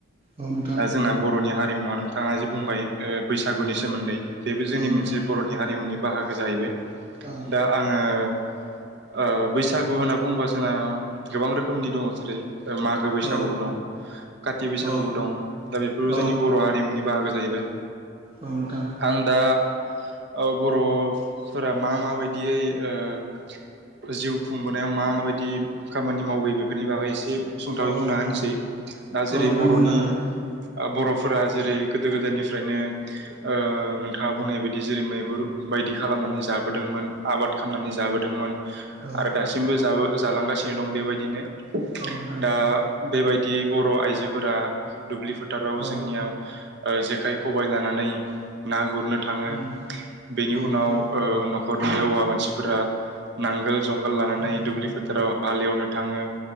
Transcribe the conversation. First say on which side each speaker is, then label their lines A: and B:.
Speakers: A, on the right (about 25°); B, on the right (about 50°).
A: औ नोंथां
B: दा जोंना बर'नि हारिमुवा नोंथाङा जि बुंबाय ओ बैसागुनि सोमोन्दै बेबो जोंनि
A: औ नोंथां
B: मोनसे बर'नि हारिमुनि बाहागो जाहैबाय
A: औ
B: दा आङो ओ बैसागु होनना बुङोबा जोंना गोबां रोखोमनि दङ जेरै मागो बैसागुबो
A: औ
B: दं काति बैसागुबो
A: औ
B: दं दा बेफोरखौबो
A: औ
B: जों जोंनि बर' हारिमुनि बाहागो जाहैबाय
A: औ नोंथां
B: आं दा ओ बर'फोरा मा मा बायदियै ओ जिउ खुंबोनायाव मा माबायदि खामानि मावबोयो बेफोरनि बागै एसे सुंथावै
A: औ
B: बुंना होनोसै दा
A: औ
B: जेरै
A: नोंथां
B: बर'नि
A: बुंना होदो
B: बर'फोरा जेरै गोदो गोदायनि निफ्रायनो ओ नोंथाङा बुंनाय बायदि जेरै मैहुर बायदि खालामनानै जाबोदोंमोन आबाद खालामनानै जाबोदोंमोन
A: औ
B: आरो दासिमबो जाबो जालांगासिनो दं बेबायदिनो
A: औ नोंथां
B: दा बेबायदियै बर' आइजोफोरा दुब्लि फोथाराव
A: औ
B: जोंनिया जेखाय खबाइ लानानै ना गुरनो थाङो
A: उम
B: बेनि
A: औ नोंथां
B: उनाव ओ न'खर औवा मानसिफोरा नांगोल जुंगाल लानानै
A: उम
B: फुलि फोथाराव हालेवनो थाङो